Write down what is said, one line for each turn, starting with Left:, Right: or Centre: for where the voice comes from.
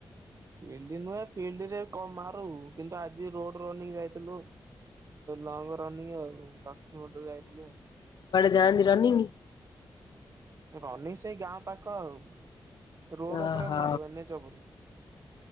Right: ଫିଲ୍ଡ ନୁହେଁ ଫିଲ୍ଡରେ ମାରୁ କିନ୍ତୁ ଆଜି ରୋଡ ରନିଂ ଯାଇଥିଲୁ ଲଙ୍ଗ ରନିଂ ଆଉ ଦଶ କିଲୋମିଟର ଯାଇଥିଲୁ।
Left: ଯାନ୍ତି ରନିଂ
Right: ଅନି ସେଇ ଗାଁ ପାଖ ଆଉ ରୋଡ
Left: ଓହୋ
Right: ଉପରେ ମାରିବ ଏନ୍ଚ ଉପରେ